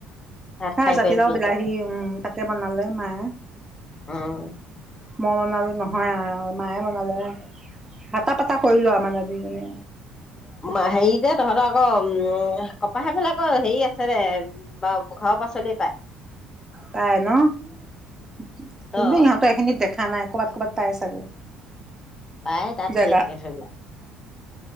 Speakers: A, on the left; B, on the right.
A: ভাত
B: হা
A: খাই
B: জাতিলাও
A: কৰি আহিবি
B: বিলাহী,
A: এতিয়া
B: উম তাকে বনালে মায়ে
A: উম
B: মই বনালো নহয় আৰু মায়ে বনালে। হটা প কৰিলোৱা মানে দুজনে
A: অ হেৰি যে তহঁতৰ আকৌ উম কপাহেবিলাকৰ হেৰি আছে দে, বা ঘৰৰ পাচলি পাই।
B: পাই ন! কিন্তু
A: অ
B: ইহঁতৰ এইখিনিত দেখা নাই কৰ'বাত ক'ৰবাত পাই চাগৈ।
A: পায় তাত
B: জেগা
A: ঢেৰ থাকে থৈবা।